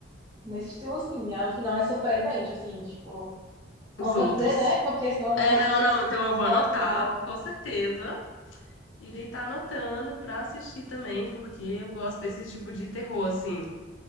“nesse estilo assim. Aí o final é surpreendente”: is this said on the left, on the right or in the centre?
Right